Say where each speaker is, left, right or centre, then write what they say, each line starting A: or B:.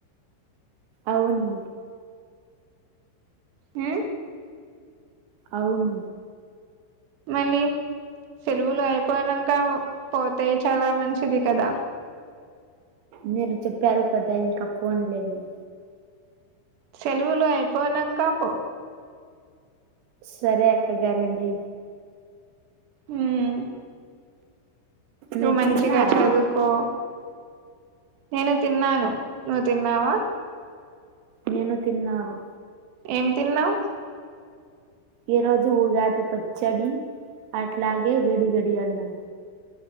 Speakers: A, on the right; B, on the right.
A: అవును
B: ఊ
A: అవును
B: మళ్ళి సెలువులు అయిపోయినంక పోతే చాలా మంచిది కదా
A: మీరు చెప్యారుకాదా ఇంక పోన్ లేండి
B: చెలువులు అయిపోయినాంక పో
A: సరే అక్కగారండి
B: ఉమ్ నువ్వు
A: మీరు
B: మంచిగా
A: తిన్నారా
B: చదువుకో నేను తిన్నాను నువ్వు తిన్నావా
A: నేను తిన్నాను
B: ఏం తిన్నావ్
A: ఈ రోజు ఉగాది పచ్చడి అట్లాగే వడివడి అన్నాం